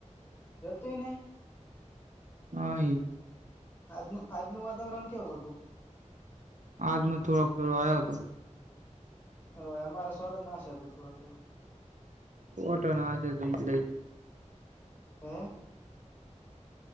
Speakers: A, on the left; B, on the right.
A: ગતુંઇ નહી.
B: નઈ.
A: આજનું આજનું વાતાવરણ કેવું હતું.
B: આજમાં થોડોક થોડો આયો હતો.
A: હવે અમારે સોટા નાખશે થોડા-થોડા.
B: <unintelligible>
A: હમ્મ.